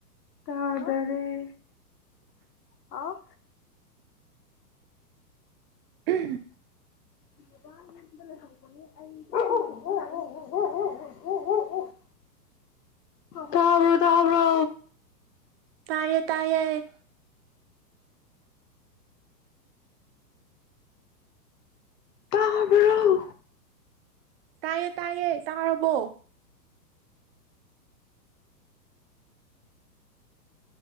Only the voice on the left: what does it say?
ꯇꯥꯗꯔꯦ ꯍꯥꯎ
<unintelligible> <unintelligible> <inaudible> ꯇꯥꯕ꯭ꯔꯣ ꯇꯥꯕ꯭ꯔꯣ
ꯇꯥꯕ꯭ꯔꯣ